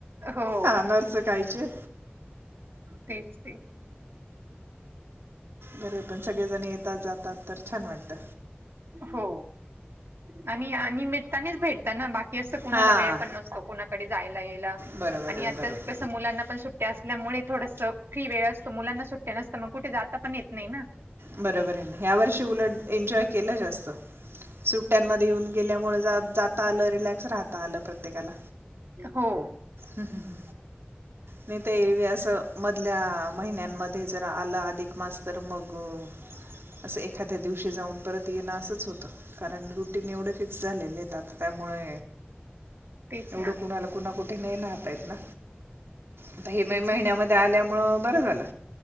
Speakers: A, on the right; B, on the right.
A: हो
B: आनारसे खायचे
A: तेच ते
B: बरे पण सगळेजण येतात, जातात तर छान वाटतं.
A: हो आणि या निमितानीच भेटताना बाकी की असं कुणाला
B: हां
A: वेळ पण नसतो कुणाकडे जायला, यायला
B: बरोबर
A: आणि
B: आहे
A: आता
B: बरोबर
A: कस? मुलांना पण सुट्ट्या असल्यामुळे थोडस फ्री वेळ असतो. मुलांना सुट्ट्या नसतं मग कुठ जाता पण येत नाही ना?
B: बरोबर आहे. ह्या वर्षी उलट एन्जॉय केलं जास्त सुट्ट्यांमध्ये येऊन गेल्यामुळे जाता आलं, रिलॅक्स राहता आलं प्रत्येकाला
A: हो.
B: हू हू हू. नाही तर एरवी आस मधल्या महिन्यांमध्ये, जर आलं अधिक मास तर मग अ असं एखाद्या दिवशी जाऊन परत येणं असंच होतं. कारण रुटीन एवढे फिक्स झालेले आहेत आता त्यामुळे
A: तेच
B: एवढं
A: ना
B: कुणाला पूणा कुठे नाही राहतायेत ना? आता हे मे
A: तेच
B: महिन्यामध्ये
A: हो
B: आल्यामुळ, बरं झालं